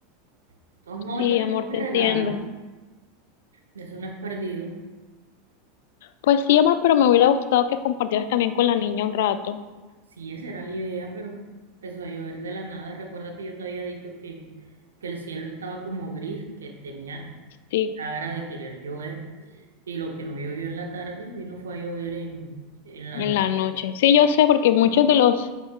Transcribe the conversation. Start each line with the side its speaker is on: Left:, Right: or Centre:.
Right: Entonces, no,
Left: Sí,
Right: yo le
Left: amor,
Right: llevo
Left: te
Right: el regalo,
Left: entiendo.
Right: eso no es perdido.
Left: Pues sí, amor, pero me hubiera gustado que compartieras también con la niña un rato,
Right: Sí, esa era la idea, pero empezó a llover de la nada. Recuerda que yo te había dicho que, que el cielo estaba como gris, que tenía
Left: sí,
Right: cara de querer llover. Y lo que no llovió en la tarde, vino fue a llover en, en la
Left: en
Right: noche.
Left: la noche. Sí, yo sé, porque muchos de los